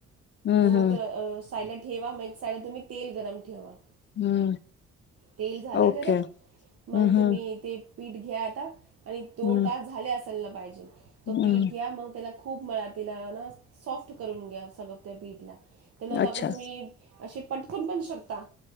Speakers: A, on the left; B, on the right.
A: हम्म
B: त मग
A: हम्म
B: साईडला ठेवा, मग ऐक साईडला तुम्ही तेल गरम ठेवा.
A: हम्म
B: तेल झालं
A: ओके
B: गरम,
A: हम्म
B: मग तुम्ही
A: हम्म
B: ते पीठ घ्या आता आणि दोन
A: हम्म
B: तास झाले असलना पाहिजे, तो पीठ
A: हम्म
B: घ्या मग त्याला खूप मळा तीला आन सॉफ्ट करून घ्या सगळं त्या पीठला. त्याला
A: अच्छा
B: अगं तुम्ही असे पटकून पण शकता